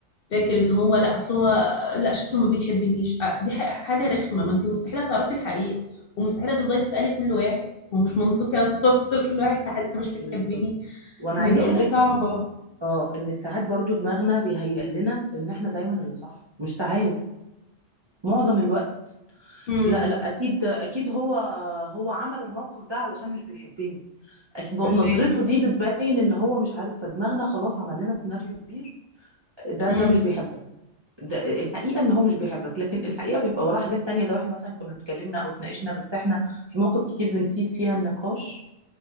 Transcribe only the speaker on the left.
فاكر إن هو لأ أصل هو لأ شكله ما بيحبنيش آه، دي ح- حاجة رخمة ما أنت مستحيل تعرفي الحقيقة ومستحيل تفضلي تسألي كل واحد هو مش منطقي أتقص <laughs> كل واحد حتى مش بتحبني
ما
هي دي حاجة
صعبة
امم
فاهماك
امم